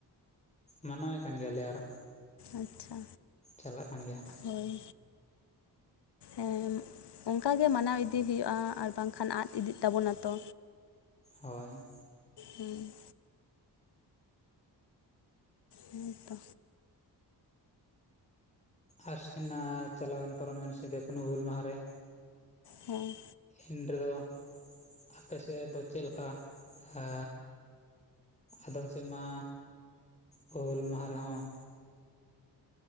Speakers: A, on the left; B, on the left.
A: ᱢᱟᱱᱟᱣᱮᱫ ᱠᱟᱱ ᱜᱮᱭᱟᱞᱮ ᱟᱨᱚ
B: ᱟᱪᱪᱷᱟ
A: ᱪᱟᱞᱟᱜ ᱠᱟᱱ ᱜᱮᱭᱟ᱾
B: ᱦᱳᱭ ᱮᱢ ᱚᱱᱠᱟ ᱜᱮ ᱢᱟᱱᱟᱣ ᱤᱫᱤ ᱦᱩᱭᱩᱜᱼᱟ ᱟᱨ ᱵᱟᱝᱠᱷᱟᱱ ᱟᱫ ᱤᱫᱤᱜ ᱛᱟᱵᱚᱱᱟ ᱛᱚ᱾
A: ᱦᱳᱭ
B: ᱦᱩᱸ ᱦᱩᱸ ᱛᱚ
A: ᱟᱨ ᱥᱮᱱᱟ ᱪᱟᱞᱟᱣᱮᱱ ᱯᱟᱨᱚᱢᱮᱱ ᱥᱤᱫᱚ ᱠᱟᱱᱦᱩ ᱦᱩᱞ ᱢᱟᱦᱟ ᱨᱮ᱾
B: ᱦᱮᱸ
A: ᱮᱱ ᱨᱮᱫᱚ ᱟᱯᱮ ᱥᱮᱫ ᱫᱚ ᱪᱮᱫ ᱞᱮᱠᱟ? ᱦᱟ ᱟᱫᱚᱢ ᱥᱮᱫ ᱢᱟ ᱦᱩᱞ ᱢᱟᱦᱟ ᱨᱮᱦᱚᱸ